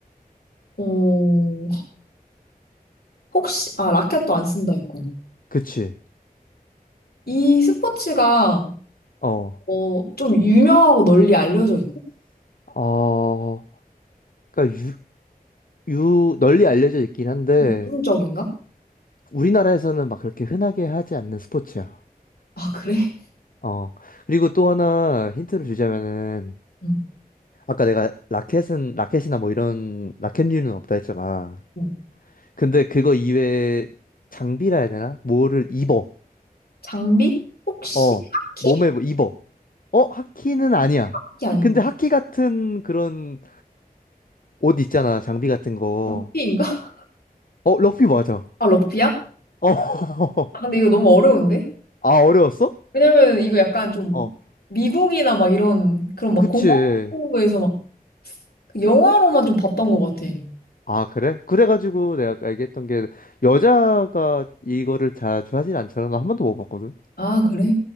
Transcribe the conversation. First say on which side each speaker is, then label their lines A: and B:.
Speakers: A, on the left (about 85°); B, on the left (about 65°).
A: 어, 혹시, 아, 라켓도 안 쓴다 했고.
B: 그치?
A: 이 스포츠가,
B: 어.
A: 어, 좀 유명하고 널리 알려져 있고?
B: 어, 그러니까 유, 유 널리 알려져 있긴 한데
A: 전문적인가?
B: 우리나라에서는 막 그렇게 흔하게 하지 않는 스포츠야.
A: 아, 그래?
B: 어. 그리고 또 하나 힌트를 주자면은
A: 음.
B: 아까 내가 라켓은 라켓이나 뭐 이런 라켓류는 없다 했잖아.
A: 음.
B: 근데 그거 이외에 장비라 해야 되나? 뭐를 입어.
A: 장비? 혹시
B: 어.
A: 하키?
B: 몸에 뭐 입어. 어, 하키는 아니야.
A: 하키 아니고.
B: 근데 하키 같은 그런 옷 있잖아. 장비 같은 거.
A: 럭비인가? <laughs>
B: 어, 럭비 맞아. 어.
A: 아, 럭비야?
B: <laughs>
A: 아, 근데 이거 너무 어려운데?
B: 아, 어려웠어?
A: 왜냐면 이거 약간 좀
B: 어.
A: 미국이나 막 이런 그런 막
B: 그치.
A: 공항에서 막그 영화로만 좀 봤던 것 같아.
B: 아, 그래? 그래가지고 내가 아까 얘기했던 게 여자가 이거를 자주 하진 않잖아. 나 한 번도 못 봤거든.
A: 아, 그래?